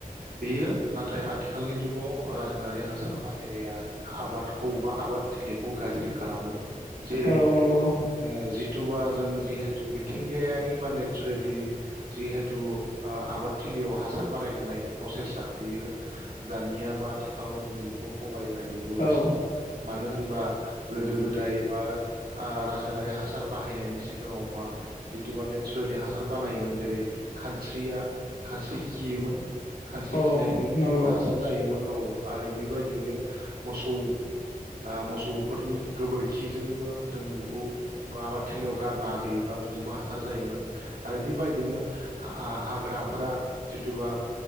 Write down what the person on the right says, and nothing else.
बेयो नाथाय आथिखालनि जुगाव रासायनारि हासार बाहायनाया आबादखौ बा आबाद थिलिखौ गाज्रि खालामो जेरै
ओ जिथुुबा जों जिहेथु मिथिंगायारि बा नेचारेलि जिहेथु ओ आबाद थिलियाव हासार बानायबोनाय प्रसेसा बियो दानिया बा आथिखालाव जों बेखौ खमायबोनाय नु होबोगासिनो
मानो होनबा गोदो गोदाय बा‌ आ रासायनारि हासा सार बाहायनायनि सि खौहा जिथु बा नेचारेलि हासार बानायोमोन जेरै खानस्रिया खानस्रि खियोमोन खानस्रि
खिनायजोंनो
हासार जायोमोन औ आरो बेबायदिनो मोसौ आ मोसौ फोरनि गोबोरखिजोंबो जों बेखौ आबादथिलियाव गारना होयोबा बिजोंबो हासार जायोमोन आरो बेबायदिनो हा हाग्राफोरा जिथुबा